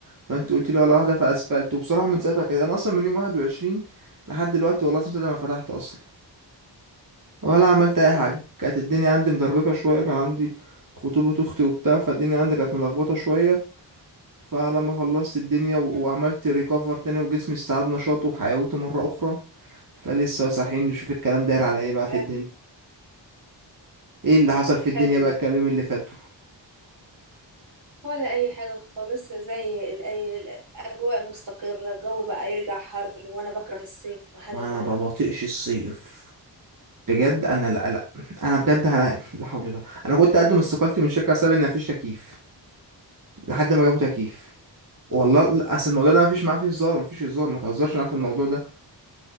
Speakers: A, on the right (about 45°); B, on the right (about 80°).
A: فانت
B: امم
A: قلت لي ولا واحده فاسفلت وبصراحه من ساعتها كده انا اصلا من يوم 21 لحد دلوقتي والله العظيم ساعتها ما فتحت اصلا ولا عملت
B: ياه
A: اي حاجه كانت الدنيا عندي مدربكه شويه كان عندي خطوبه اختي وبتاع فالدنيا عندي كانت ملخبطه شويه فلما خلصت الدنيا
B: امم
A: و- وعملت ريكفر تاني وجسمي استعاد نشاطه وحيويته مره اخرى فلسه صاحيين نشوف الكلام داير
B: الحمد
A: على ايه
B: لله
A: بقى في الدنيا ايه اللي
B: اه
A: حصل في الدنيا
B: حلو
A: بقى
B: ده
A: الكام يوم اللي فاتوا
B: ولا اي حاجه خالص زي ال- أي- الاجواء مستقره الجو بقى يرجع حر وانا بكره الصيف وحاجه
A: وانا
B: كده
A: ما بطيقش الصيف بجد انا لا لا انا بجد انا لا حول الله انا كنت اقدم استقالتي من شركه بسبب ان مفيش تكييف لحد ما جابوا تكييف والله لا، اصل الموضوع ده مفيش معاه فيه هزار مفيش هزار ما تهزرش معاه في الموضوع ده